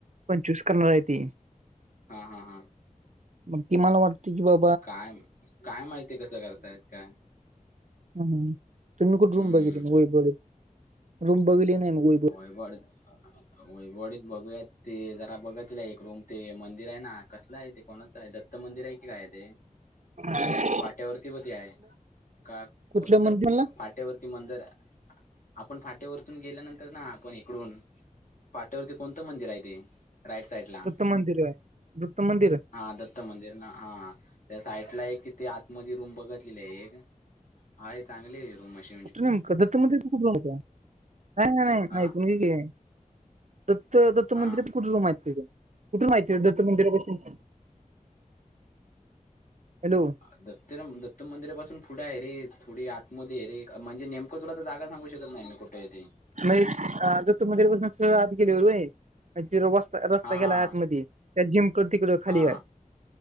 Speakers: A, on the right; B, on the left.
A: पंचवीस करणार ती.
B: हा, हा, हा.
A: मग ति मला वाटते की बा
B: काय, काय माहिती कसं करतायेत काय
A: ह तु मी कुठ
B: हम्म
A: रूम बघली मग वई रूम, बघली नाही मग वईब
B: होय बड वैभव वाडी बघूया ते जरा बघत तला एक रूम ते मंदिर आहे ना, कसलं आहे ते कोणाच आहे? दत्त मंदिर आहे की काय ते
A: ह <inaudible>
B: फाट्यावरती ब आहे का
A: कुठलं
B: कोणतं
A: मंदिर म्हणला
B: फाट्यावरती त मंदर आपण फाट्यावररतून गेल्यानंतर तर ना आपण इकडून फाट्यावरती कोणतं मंदिर आहे ते राईट साईड ला
A: दत्त मंदिर, दत्त मंदिर हाय.
B: हा दत्त मंदिर ना हा त्या साईडला एक तिथे आत मध्ये रूम बघतलेला आहे एक हाय चांगले आहे रूमशी.
A: कुठे नाही कदत मध्ये कुठे नाही
B: हा
A: ऐकून घे की. दत्त दत्त
B: हा
A: मंदिर पण कुठे माहित कुठे माहती आहे दत्त मंदिरापासून. हॅलो
B: अ <inaudible> तर दत्त मंदिरापासून पुढे आहे रे थोडी आतमध्ये रे म्हणजे नेम तुला तर जागा सांगू शकत नाही कुठेत
A: नाहीत दत्त मंदिर पासून आ गेलीवरय स्ता रस्ता
B: हा हा
A: गेला आत म त्या जिम क तिकडे खाली
B: हा
A: आहे.